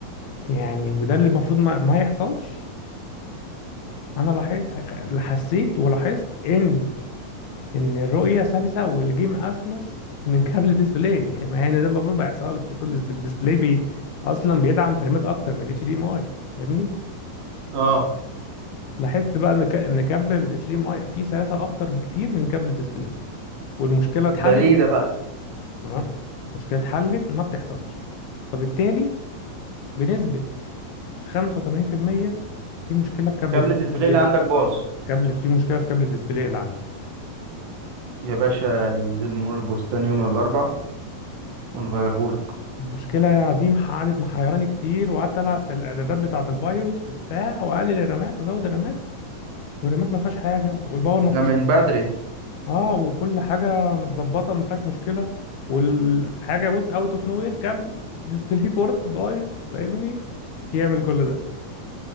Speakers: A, on the left (about 65°); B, on the right (about 70°).
A: يعني وده اللي المفروض ما, ما يحصلش انا لاحظت حسيت ولاحظت ان ان الرؤية سلسة والجيم اسلس من كابل الديسبلاي <laughs> يعني ده المفروض ما يحصلش المفروض الديس- الديسبلاي بي اصلا بيدعم فريمات اكتر من الاتش دي ام اي فاهمني
B: اه
A: لاحظت بقى ان ك... ان كابل الاتش دي ام اي فيه سلاسة اكتر بكتير من كابل الديسبلاي والمشكلة اتحلت
B: ده ليه ده بقى
A: تمام المشكلة اتحلت ما بتحصلش فبالتالي بنسبة 85% في المية في مشكلة في كابل
B: كابل
A: الديسبلاي
B: الديسبلاي اللي عندك باظ
A: اه كابل في مشكلة في كابل الديسبلاي اللي عندي
B: يا باشا ننزل مول البستان يوم الاربع ونغيرهولك
A: المشكلة يا عديم قعدت محيراني كتير وقعدت ألعب في الإعدادات بتاعة البايوس وبتاع وأقلل الرامات وأزود الرامات والرامات ما فيهاش حاجة والباور ما
B: ده
A: فيهوش
B: من
A: حاجة.
B: بدري
A: اه وكل حاجة متظبطة ما فيهاش مشكلة والحاجة بص أوت أوف نو وير كابل ديسبلاي بورت بايظ فاهمني يعمل كل ده